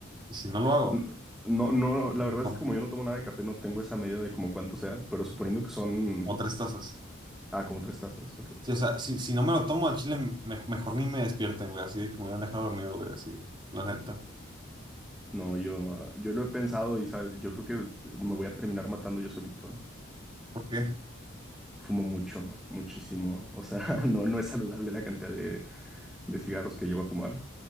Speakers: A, on the right; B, in the centre.
A: Y si no lo
B: N-
A: hago,
B: No, no, la
A: mejor,
B: verdad es que como yo no tomo nada de café, no tengo esa medida de como cuánto sea, pero suponiendo que son,
A: o tres tazas.
B: ah, como tres tazas, ok.
A: Sí, o sea, si, si no me lo tomo al chile, me- mejor ni me despierten, güey. Así de que me hubieran dejado dormido, güey, así, la neta.
B: No, yo, yo lo he pensado y, ¿sabes? Yo creo que me voy a terminar matando yo solito.
A: ¿Por qué?
B: fumo mucho, ¿no? muchísimo. O sea, <laughs> no, no es saludable la cantidad de, de cigarros que llevo a fumar.